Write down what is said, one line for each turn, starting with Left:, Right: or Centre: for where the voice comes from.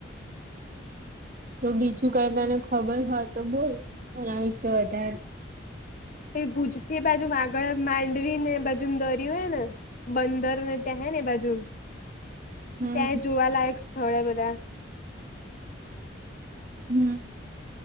Right: તો બીજું કંઈક તને ખબર હોય તો બોલ એના વિશે વધારે.
Left: ભુજ થી બાજુ આગળ માંડવીને એ બાજુ દરિયો હે ને બંદર ને ત્યાં હેને બાજુ
Right: હમ
Left: ત્યાં જોવાલાયક સ્થળે બધા.
Right: હમ